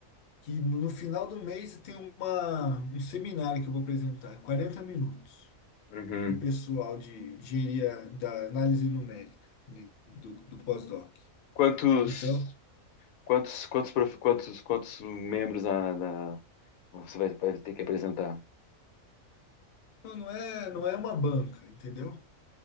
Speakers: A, on the left (about 60°); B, on the left (about 80°).
A: que no final do mês tem uma, um seminário que eu vou apresentar, 40 minutos,
B: Uhum.
A: para o pessoal de engenharia da análise numérica ali, do, do pós-doc.
B: Quantos,
A: Então,
B: quantos, quantos, prof- quantos, quantos membros na, na- você vai, vai ter que apresentar?
A: não não é, não é uma banca, entendeu?